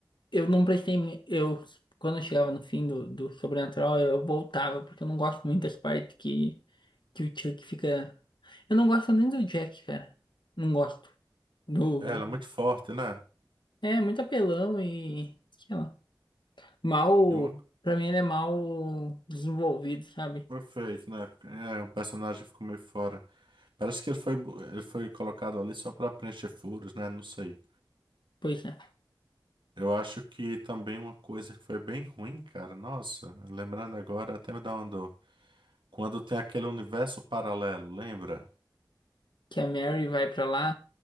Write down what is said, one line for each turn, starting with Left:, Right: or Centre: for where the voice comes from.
Left: eu não prestei. me- Eu, quando eu chegava no fim do, do Sobrenatural, eu voltava, porque eu não gosto muito das partes que, que o Chuck fica. Eu não gosto nem do Jack, cara. Não gosto. Do...
Right: É, ela é muito forte, né?
Left: É muito apelão e. Sei lá. Mal.
Right: E uma...
Left: Pra mim, ele é mal desenvolvido, sabe?
Right: Perfeito, né? É, um personagem ficou meio fora. Parece que ele foi, bo- ele foi colocado ali só pra preencher furos, né? Não sei.
Left: Pois é.
Right: Eu acho que também uma coisa que foi bem ruim, cara. Nossa, lembrando agora, até me dá uma dor. Quando tem aquele universo paralelo, lembra?
Left: Que a Mary vai pra lá.